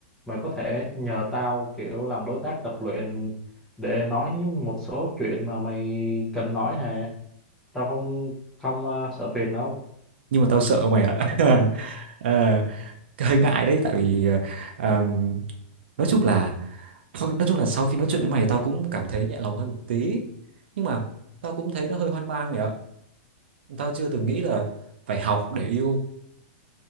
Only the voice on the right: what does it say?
Nhưng mà tao sợ mày ạ. <laughs> Ờ, <laughs> hơi ngại đấy tại vì ờ, ờm, nói chung là thôi nói chung là sau khi nói chuyện với mày tao cũng cảm thấy nhẹ lòng hơn một tí nhưng mà tao cũng thấy nó hơi hoang mang mày ạ tao chưa từng nghĩ là phải học để yêu